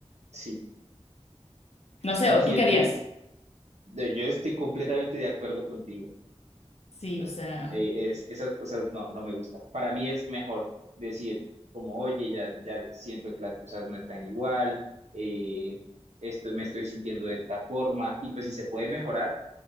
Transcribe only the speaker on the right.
sí.
¿Y
quién
te...? no, Yo estoy completamente de acuerdo contigo.
Eh, es- esas cosas no, no me gustan. Para mí es mejor decir como, oye, ya, ya siento que las cosas no están igual, eh, esto, me estoy sintiendo de esta forma. Y pues si se puede mejorar,